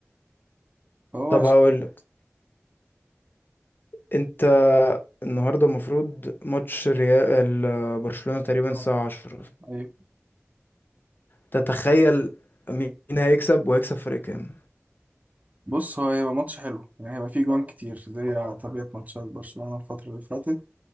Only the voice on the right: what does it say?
فهو
عشان
آه،
ايوه
بص هو هيبقى ماتش حلو يعني هيبقى فيه جوان كتير زي على طبيعه ماتشات برشلونه الفتره اللي فاتت